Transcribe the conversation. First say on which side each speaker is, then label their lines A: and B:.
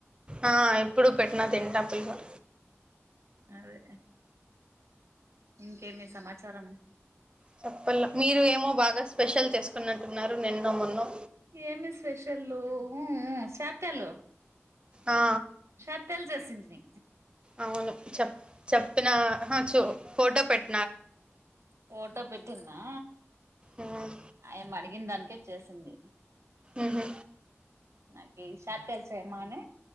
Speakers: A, on the right; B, on the right.
A: ఆ ఎప్పుడు పెట్టినా తింటా పులిహోర.
B: అదేలే ఇంకేమి సమాచారం.
A: చెప్పల మీరు ఏమో బాగా స్పెషల్ తీసుకున్నంటున్నారు నిన్నో మొన్నో.
B: ఏమి స్పెషల్లు శాతొల్లు.
A: ఆ
B: శక్తల్ చేసిండని.
A: అవును చెప్ చెప్పిన ఆహా చో ఫోటో పెట్.
B: ఫోటో పెట్టిన్నా.
A: ఉమ్
B: ఆయం అడిగిన దానికే చేసింది.
A: ఉహు.
B: నాకు ఈ షాక్ కైల్ చైమా అని